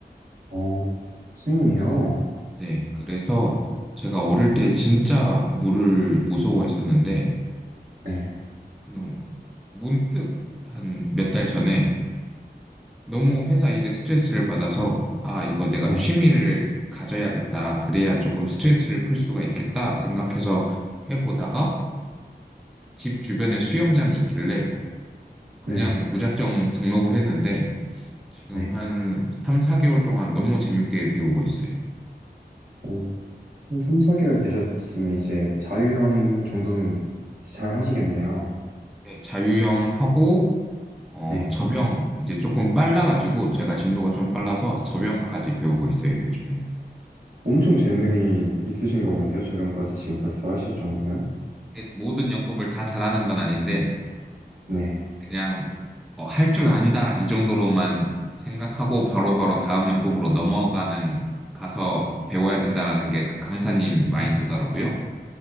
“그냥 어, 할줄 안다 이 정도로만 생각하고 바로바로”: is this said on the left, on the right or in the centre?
Centre